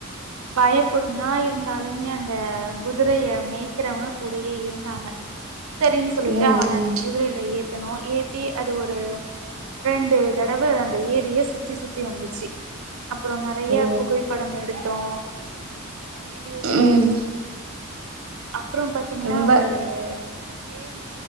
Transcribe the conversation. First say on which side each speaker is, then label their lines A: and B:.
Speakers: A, on the right; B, on the right.
A: பயப்படும தா இருந்தாலுமே அந்த குதுரைய மேய்க்கிறவங்க கூடயே இருந்தாங்க
B: <inaudible>
A: செரின்னு சொல்லிட்டு
B: ம்
A: அவன
B: ம்
A: அந்த குதிரையில ஏத் த்தணு ஏத்தி அது ஒரு ரெண்டு தடவ அந்த ஏரிய சுத் சுத்தி சுத்தி வந்துச்சு அப்புறோ நறைய
B: ஓ
A: புகைப்படோ எடுத்தோ வீடியோஸ்யெல்லா
B: ம்
A: எடுத்தோ அப்பறோ பாத்தீங்கன்னா
B: ரொம்ப
A: ஒரு கேம்